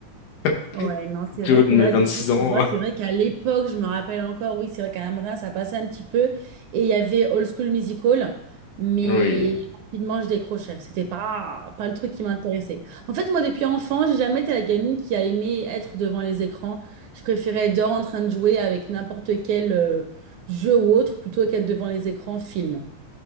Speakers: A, on the left; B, on the right.
A: <laughs>
B: Ouais, non, c'est
A: Du
B: vrai
A: haut de
B: que là,
A: mes 26
B: du coup, tu
A: ans.
B: vois, c'est vrai qu'à l'époque, je me rappelle encore, oui, c'est vrai qu'à la matin, ça passait un petit peu, et il y avait Old School Musical, mais
A: <laughs> Oui.
B: rapidement, je décrochais. C'était pas, pas le truc qui m'intéressait. En fait, moi, depuis enfant, j'ai jamais été la gamine qui a aimé être devant les écrans. Je préférais être dehors en train de jouer avec n'importe quel euh, jeu ou autre, plutôt qu'être devant les écrans film.